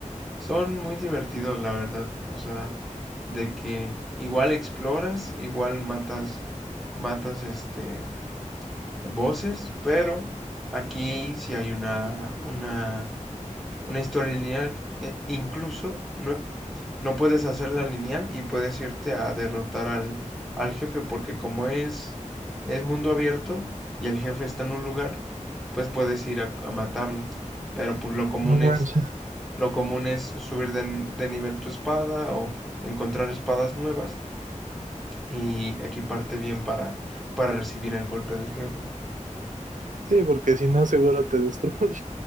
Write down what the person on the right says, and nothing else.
No manches.
Sí, porque si no, seguro te destruye.